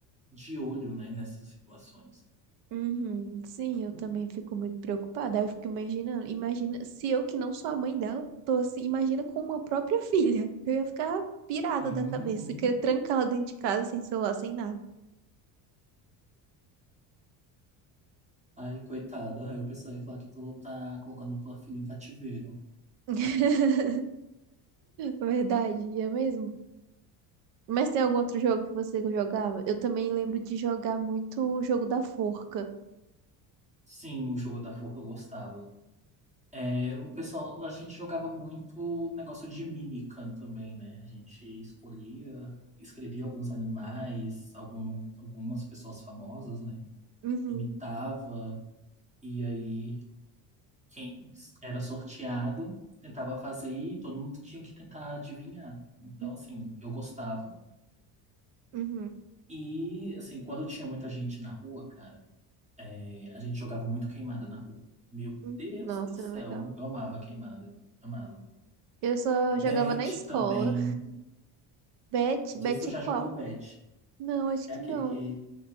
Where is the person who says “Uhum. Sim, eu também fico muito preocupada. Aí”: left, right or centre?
Right